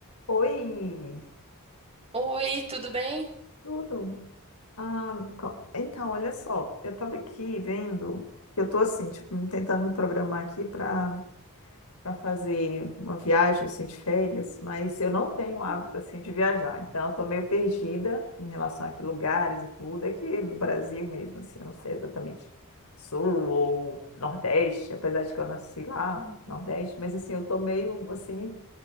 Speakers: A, on the left; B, on the right.
A: Oi,
B: Oi, tudo bem?
A: tudo? Ah, co- então, olha só, eu estava aqui vendo, eu estou assim, tipo, me- tentando me programar aqui para para fazer uma viagem assim de férias, mas eu não tenho hábito
B: Hum,
A: assim de viajar, então eu tô meio perdida em relação a que lugares e tudo, aqui no Brasil mesmo, assim, eu não sei exatamente sul ou nordeste, apesar de que eu nasci lá,
B: hum.
A: nordeste, mas assim, eu tô meio assim